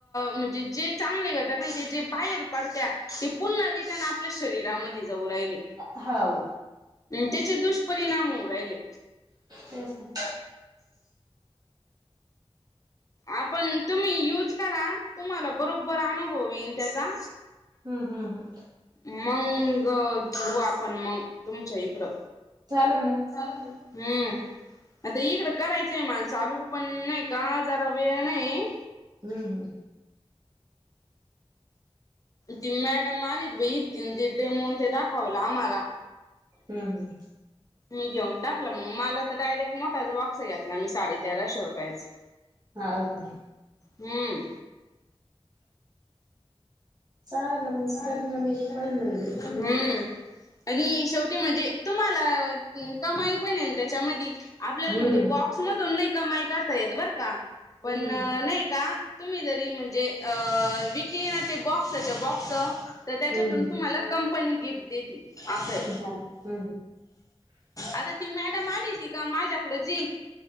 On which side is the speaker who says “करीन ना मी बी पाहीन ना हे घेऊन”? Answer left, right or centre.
Right